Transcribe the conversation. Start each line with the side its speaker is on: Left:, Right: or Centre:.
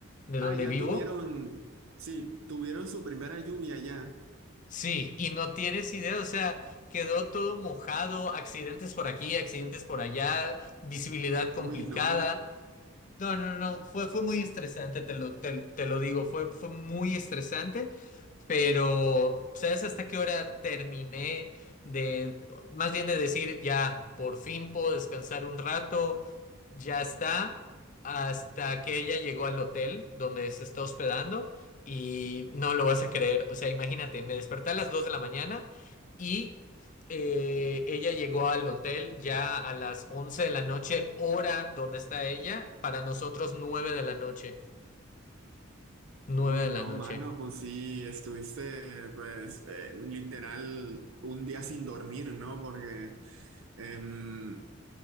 Left: de
Right: Ah,
Left: donde
Right: ya
Left: vivo.
Right: tuvieron, sí, tuvieron su primera lluvia ya.
Left: Sí, y no tienes idea, o sea, quedó todo mojado, accidentes por aquí, accidentes por allá, visibilidad complicada.
Right: Uy, no.
Left: No, no, no, fue, fue muy estresante, te lo, te, te lo digo, fue, fue muy estresante pero, ¿sabes hasta qué hora terminé de, más bien de decir, ya, por fin puedo descansar un rato, ya está, hasta que ella llegó al hotel donde se está hospedando y no lo vas a creer. O sea, imagínate, me desperté a las 2 de la mañana y eh, ella llegó al hotel ya a las 11 de la noche, hora donde está ella, para nosotros 9 de la noche, 9
Right: Uy,
Left: de la
Right: no,
Left: noche.
Right: mano, pues sí, estuviste, pues, eh, literal un día sin dormir, ¿no? Porque, em,